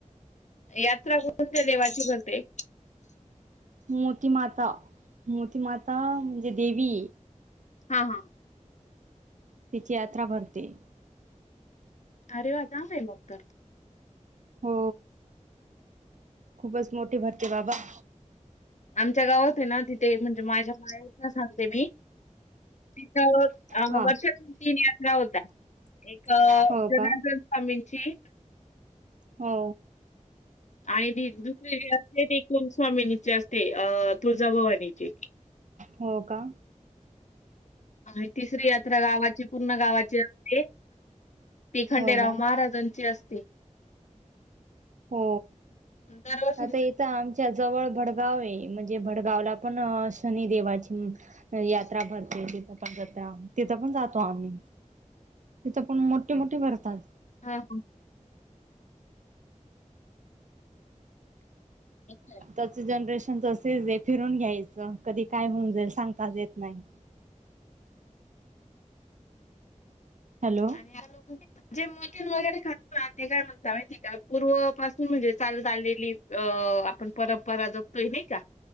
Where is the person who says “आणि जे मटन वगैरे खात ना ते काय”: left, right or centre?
Left